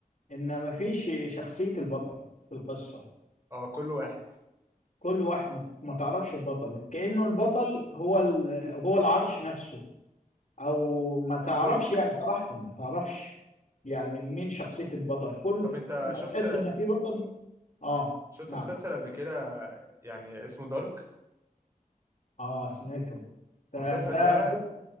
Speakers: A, on the left; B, on the right.
A: ان ما فيش شخصية البطل في القصة
B: اه كل واحد
A: كل واحد ما ما تعرفش البطل كأنه البطل هو ال... هو العرش نفسه او ما تعرفش
B: الملك
A: يعني صراحة ما تعرفش يعني مين شخصية البطل كل
B: طب انت
A: ما
B: شفت
A: تحس ان في بطل اه
B: شفت
A: معك
B: مسلسل قبل كده يعني اسمه دارك
A: اه سمعتهم فده
B: المسلسل ده
A: بص